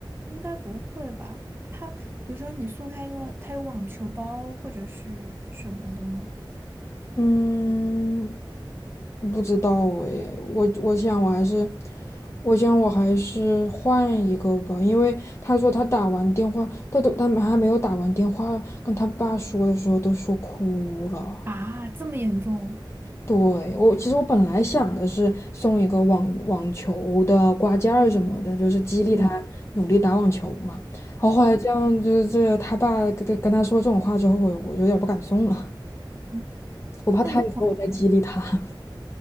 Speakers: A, on the right; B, on the left.
A: 应该不会吧。他比如说你送他一个，他有网球包或者是什么的吗？
B: 嗯，不知道诶，我我想我还是，我想我还是换一个吧，因为他说他打完电话，他都他还没有打完电话跟他爸说的时候都说哭了。
A: 啊，这么严重？
B: 对，我其实我本来想的是送一个网网球的挂件儿什么的，就是激励他努力打网球嘛。
A: 嗯，
B: 然后后来这样，就是这个他爸跟跟他说这种话之后，我我有点不敢送了，
A: 嗯
B: 我怕他以后我再激励他。
A: 那你朋
B: <laughs>